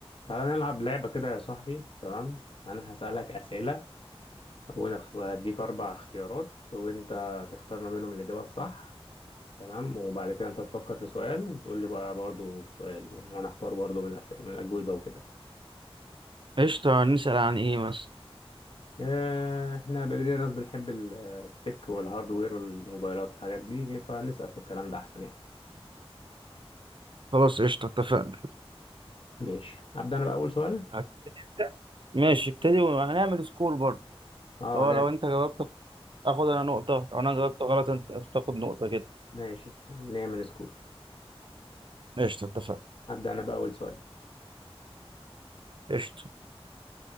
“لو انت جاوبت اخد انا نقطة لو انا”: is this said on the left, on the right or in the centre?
Right